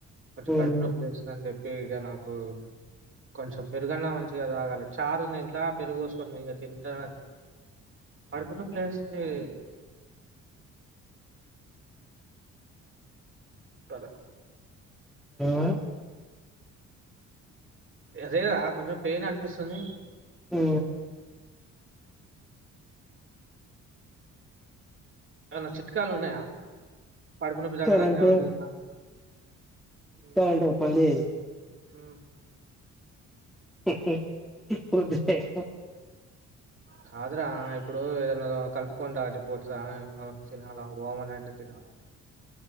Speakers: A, on the right (about 45°); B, in the centre.
A: కొంచెం
B: ఉమ్
A: కడుపు నొప్పి లేస్తుందని చెప్పి ఇగ నాకు కొంచెం పెరుగన్నా మంచిగా తాగాలి చారు ఉంది ఇంట్లా పెరుగోసుకుంది ఇంకా తింటా పడుకున్న ప్లేస్ ని గద
B: ఆ
A: అదే రా కొంచెం పెయిన్ అనిపిస్తుంది.
B: హు
A: ఏమన్నా చిట్కాలు ఉన్నాయా, కడుపునొప్పి
B: ఇస్తానంటే
A: తగ్గడానికి ఏమన్నా తెలుసా? హ
B: ఇస్తానంటే ఒక పని చేయి
A: ఉ
B: హ్హ్ కొద్దిసేపు
A: కాదరా ఇప్పుడు ఏదనా కలుపుకొని తాగుతే పోతుందా ఏమన్న తినాలా, గోమలాంటివి తినాలా?